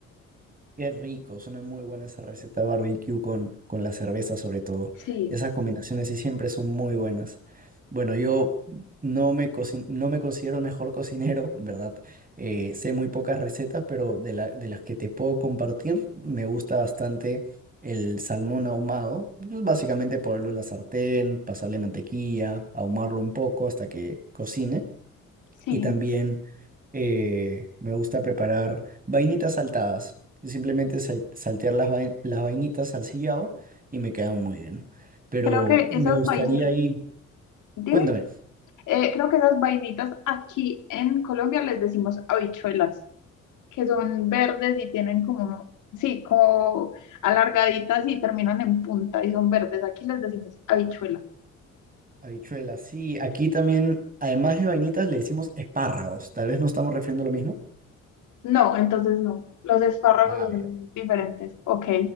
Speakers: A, on the right (about 30°); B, on the left (about 80°).
A: Qué rico, suena muy buena esa receta barbecue con, con la cerveza sobre todo.
B: Sí,
A: Esas combinaciones sí siempre son muy buenas. Bueno, yo no me, cocin- no me considero el mejor cocinero, en verdad. Eh, sé muy pocas recetas, pero de, la- de las que te puedo compartir, me gusta bastante el salmón ahumado. Pues Básicamente ponerlo en la sartén, pasarle mantequilla, ahumarlo un poco hasta que cocine.
B: sí.
A: Y también eh, me gusta preparar vainitas saltadas. y Simplemente sa- saltear las, vai- las vainitas al sillao y me quedan muy bien. Pero
B: Creo que
A: me
B: esas
A: gustaría
B: vainitas,
A: ahí,
B: dime,
A: cuéntame,
B: eh, creo que esas vainitas aquí en Colombia les decimos habichuelas. que son verdes y tienen como, sí, como alargaditas y terminan en punta y son verdes. Aquí les decimos habichuela.
A: habichuelas, sí, aquí también, además de vainitas, le decimos espárragos. Tal vez no estamos refiriendo lo mismo.
B: No, entonces no. Los espárragos
A: Ah,
B: son diferentes. Ok.